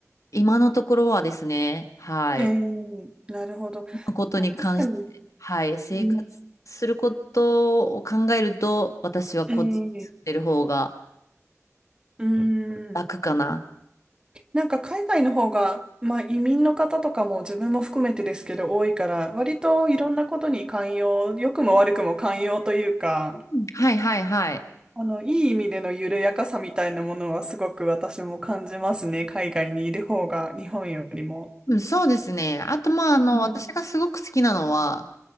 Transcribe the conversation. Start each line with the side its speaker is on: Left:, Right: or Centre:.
Left: 今のところはですね、はい。
Right: えー、なるほど。
Left: ことに関して、
Right: まあ、確かに、
Left: はい。生活することを考えると、
Right: うん、
Left: 私はこっちに住んでる方が
Right: えー、うー
Left: 楽かな。
Right: ん、なんか海外の方が、まあ、移民の方とかも自分も含めてですけど多いから、割といろんなことに寛容、良くも悪くも寛容というか、
Left: うんはいはいはい。
Right: あの、いい意味での緩やかさみたいなものはすごく私も感じますね。海外にいる方が日本よりも。
Left: うん、そうですね。あと、まあ、あの、
Right: うん
Left: 私がすごく好きなのは、